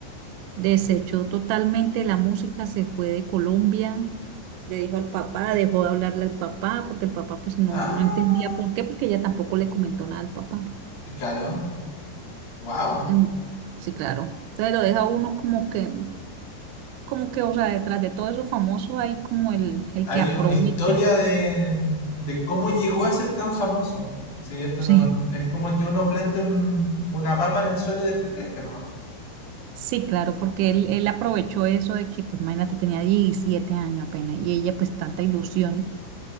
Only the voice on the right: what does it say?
desechó totalmente la música, se fue de Colombia, le dijo al papá, dejó de hablarle al papá porque el papá pues no,
no entendía por qué, porque ella tampoco le comentó nada al papá.
Mm, Sí, claro. Entonces lo deja uno como que... como que, o sea, detrás de todo eso famoso hay como el, el
que aprovecha.
Sí,
Sí.
sí, claro, porque él, él aprovechó eso de que, pues, imagínate, tenía 17 años apenas y ella, pues, tanta ilusión.